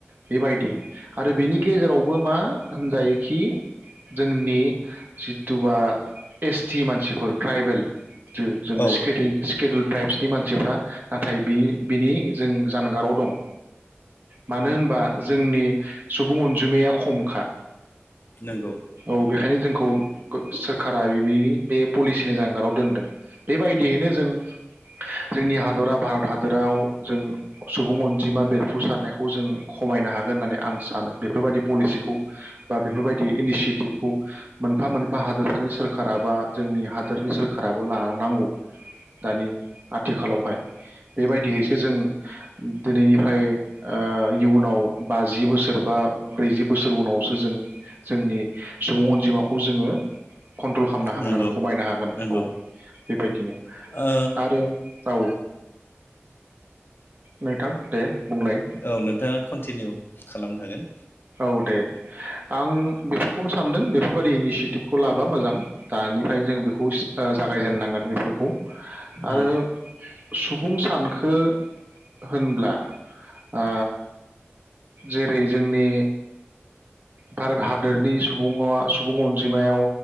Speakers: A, on the right; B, on the left.
A: बेबायदि आरो बेनि गेजेराव बो मा होनजायोखि जोंनि जिथ्थवा एस टि मानसिफोर ट्राइबेल जों जों
B: औ
A: स्केडुल स्केडुल ट्राइब्सनि मानसिफ्रा थाय बि बिनि जों जानगाराव दं मानो होनबा जोंनि सुबुं अनजिमाया खमखा।
B: नंगौ
A: औ बेखायनो जों खौ सोरखारा बे बे पलिसिनि जानगाराव दोनदों। बेबायदियैनो जों जोंनि हादरा भारत हादराव जों सुबुं अनजिमा बेरफुसारनायखौ जों खमायनो हागोन होननानै आं सानो बेफोरबायदि पलिसिखौ बा बेफोरबायदि इनिसियेटिभखौ मोनफा मोनफा हादोरसानि सोरखारा बा जोंनि हादोरनि सोरखाराबो लानांगौ। दानि आथिखालावहाय बेबायदिहैसो जों दिनैनिफ्राय ओ इयुनाव बाजि बोसोर बा ब्रैजि बोसोर उनावसो जों जोंनि सुबुं अनजिमा खौ जोङो कन्ट्रल खालामनो हागोन
B: नंगौ
A: आरो खमायनो हागोन।
B: नंगौ
A: औ बेबायदिनो
B: ओ
A: आरो औ नोंथां दे बुंलाय
B: औ नोंथाङा कन्टिनिउ खालामनो हागोन।
A: औ दे आं बेफोरखौनो सानदों बेफोरबा बे इनिसियेटिभखौ लाबा मोजां दानिफ्राय जों बेखौ ओ जागायजेननांगोन बेफोरखौ
B: उम
A: आरो सुबुं सानख हो होनब्ला आ जेरै जोंनि भारत हादोर नि सुबुंङा सुबुं अनजिमायाव